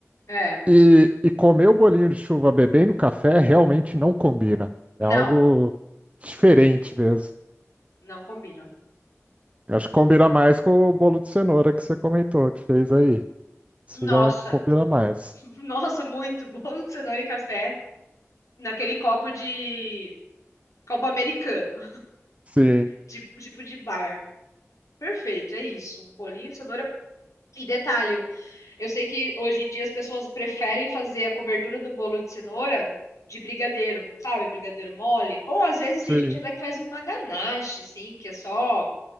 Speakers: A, on the left (about 85°); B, on the right (about 25°).
A: é.
B: e, e comer o bolinho de chuva bebendo café realmente não combina. É
A: Não,
B: algo diferente mesmo.
A: não combina.
B: Eu acho que combina mais com o bolo de cenoura que você comentou, que fez aí. Isso
A: Nossa,
B: já combina mais.
A: <laughs> nossa, muito bolo de cenoura e café naquele copo de copo americano,
B: Sim,
A: de tipo de bar. Perfeito, é isso. Um bolinho de cenoura. E detalhe, Eu sei que hoje em dia as pessoas preferem fazer a cobertura do bolo de cenoura de brigadeiro, sabe? Brigadeiro mole. Ou às vezes
B: sim,
A: tem gente até que faz uma ganache, assim, que é só